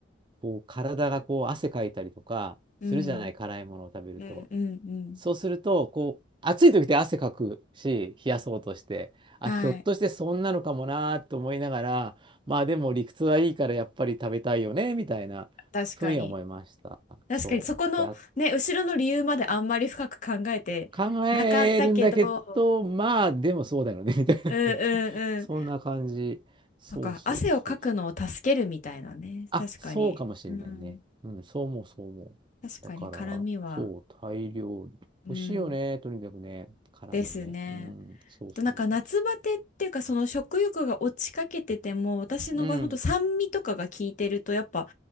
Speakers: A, on the right; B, on the left.
A: こう体がこう汗かいたりとかするじゃない辛いものを食べると
B: うん、うんうんうん。
A: そうするとこう暑い時って汗かくし冷やそうとしてあひょっとしてそんなのかもなと思いながらまあでも理屈はいいからやっぱり食べたいよねみたいなふうに思いましたそうであ
B: はい、確かに。確かにそこのね、後ろの理由まであんまり深く考えてなかったけど、
A: 考えるんだけどまあでもそうだよねみたいなね
B: うんうんうん。
A: <laughs> そんな感じそうそうそうそう
B: そっか、汗をかくのを助けるみたいなね。
A: あ、
B: 確かに。
A: そうかもしれないね。
B: うん。
A: うん、そう思う、そう思う。
B: 確かに、
A: だから、
B: 絡みは。
A: そう、タイ料理。
B: うん。
A: 美味しいよね、とにかくね。辛いよね。
B: ですね。
A: うん、そうそうそう
B: あとなんか夏バテっていうかその食欲が落ちかけてても私の場合ほんと酸味とかが効いてるとやっぱ
A: そう。うん、